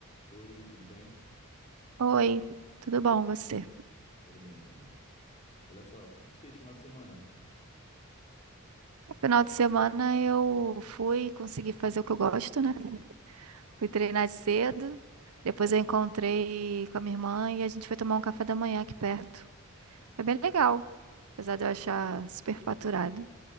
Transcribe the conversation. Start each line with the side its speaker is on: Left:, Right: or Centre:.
Left: Oi, tudo bem?
Right: Oi, tudo bom você?
Left: Tudo bem também. Olha só, o que que tu fez final de semana?
Right: No final de semana eu fui conseguir fazer o que eu gosto, né? Fui treinar de cedo, depois eu encontrei com a minha irmã e a gente foi tomar um café da manhã aqui perto. Foi bem legal, apesar de eu achar super faturado.